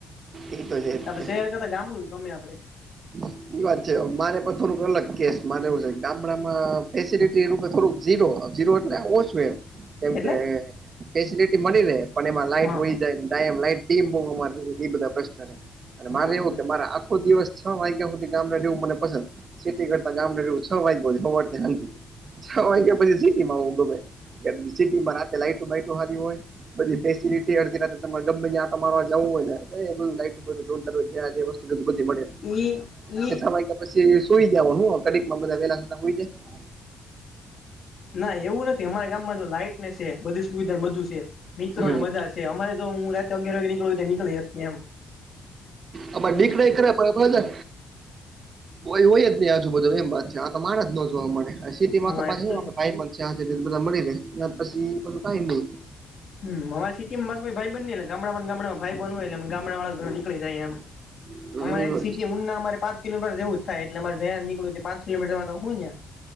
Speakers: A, on the right; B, on the left.
A: એ તો છે જ
B: આપડે
A: તે
B: શહેર કરતા ગામડું જ ગમે આપડે.
A: હાચી વાત છે આ મારે પણ થોડુંક અલગ કેસ માને એવું છે ગામડામાં ફેસલટી થોડુંક ઝીરો ઝીરો એટલે ઓછું એમ. કેમ
B: એટલે
A: કે ફેસિલટી મળી લે પણ એમાં લાઈટ
B: હા
A: હોય
B: હા
A: જાય કાયમ લાઈટ એ બધો મારે એ બધા પ્રશ્ન હે અને મારે
B: હા
A: એવું
B: હા
A: કે મારે આખો દિવસ છ વાગ્યા હુધ તે ગામડા રેવું મને પસંદ સે તે કરતા ગામરડુ છ <unintelligible> હવાર ને હાંજે. છ વાગ્યા પછી સીટીમાં હું તો મે કે સિટીમાં રાતે લાઈટ બાઈટો હારી હોય. બધી ફેસિલટી અરડે ન તમે ગમે ત્યાં આંટા મારવા જવું હોય ને એટલે બધું <unintelligible> ત્યાં જે વસ્ત તો તો બધી મળે.
B: એ એ
A: નવ વાગ્યા પછી સુઈ જવો હું આમ કડીકમાં બધા વેલા થતા હુંઈ જાય.
B: ના એવું નથી અમારા ગામમાં લાઈટ ને છે બધી સુવિધા બધું છે મિત્રોને
A: હમ.
B: બધા છે અમારે જો હું રાત્રે અગયાર વાગે નીકળું હોય તો એ નીકળે એ કેમ.
A: અમારે નીકળે <unintelligible> પણ બધા કોઈ હોય જ નહી આજુબજુ એમ વાત છે આ તો મારા જ ન જોવા મળે <unintelligible> સિટીમાં
B: હા
A: તો પછી
B: એટલે
A: <unintelligible> ભાઈ મળશે હાંજે બધા મળી લે પછી એ બધું કઈ નહી.
B: હમ્મ અમારી સિટીમાં બસ ભાઈ બની ગામડામાં ને ગામડામાં ભાઈ બન હોય એટલે ગામડા વાળા નીકળી જાય એમ.
A: <unintelligible>
B: અમારે અહીંયા
A: એ વાત
B: સીટી
A: છે
B: હું ના મળે પાંચ કિલો પર જવું જ થાય એટલે મારે જ્યાં નીકળું તે પાંચ કિલોમીટરમાં તો હુઈ યા.